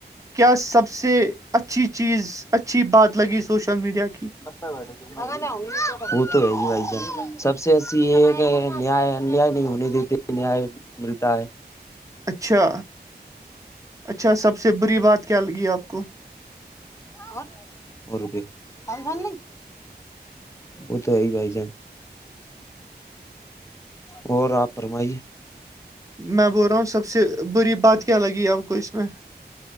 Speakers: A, on the right (about 20°); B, on the left (about 15°).
A: کیا سب سے اچھی چیز اچھی بات لگی سوشل میڈیا کی
B: بت ب رہ وہ تو ہے ہی بھائی جان سب سے اچھی یہ ہے کہ نیا نہیں ہونے دیتے نیاے ملتا ہے
A: اچھا اچھا سب سے بری بات کیا لگی آپ کو
B: اور اور روپیہ س سن ن وہ تو ہے بھائی جان اور آپ فرماے
A: میں بھول رہا ہوں سب سے بری بات کیا لگی آپ کو اس میں